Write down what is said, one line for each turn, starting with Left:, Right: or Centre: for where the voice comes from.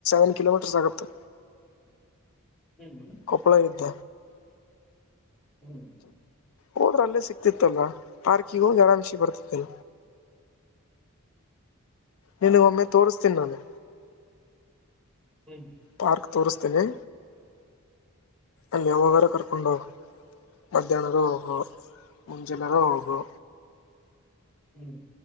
Left: ಏಳು ಕಿಲೋಮೀಟರ್ ಆಗುತ್ತೆ
Centre: ಹ್ಮ್ ಹ್ಮ
Left: ಕಪ್ಪಳ ಇದ್ಧ
Centre: ಹ್ಞೂ
Left: ಹೋದ್ರೆ ಅಲ್ಲೇ ಸಿಕ್ಕಿತ್ತಲ್ಲ ಪಾರ್ಕಿಗ್ ಹೋಗಿ ಆರಂಭಿಸಿ ಬರ್ತಿದ್ರಿ ನಿನಗ ಒಮ್ಮೆ ತೋರಿಸ್ತೀ ನಾನು
Centre: ಹ್ಮ್
Left: ಪಾರ್ಕ್ ತೋರಿಸ್ತೀನಿ ಅಲ್ಲಿ ಯಾವಾಗ ಕರ್ಕೊಂಡು ಮಧ್ಯಾಹ್ನರು ಹೋಗು ಮುಂಜಿಲ್ಲರುೂ ಹೋಗು
Centre: ಹ್ಞೂ